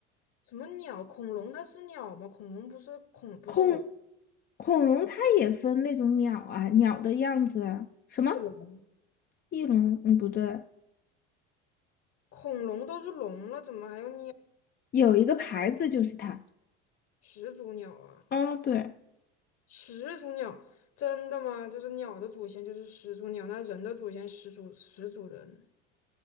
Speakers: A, on the left; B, on the left.
A: 什么鸟？恐龙它是鸟吗？恐龙不是恐不是龙。
B: 恐恐龙它也分那种鸟啊，鸟的样子啊。什么
A: 翼龙，
B: 翼龙？嗯，不对，
A: 恐龙都是龙了，怎么还有鸟？
B: 有一个牌子就是它。
A: 始祖鸟啊，
B: 哦，对，
A: 始祖鸟，真的吗？就是鸟的祖先就是始祖鸟，那人的祖先始祖始祖人，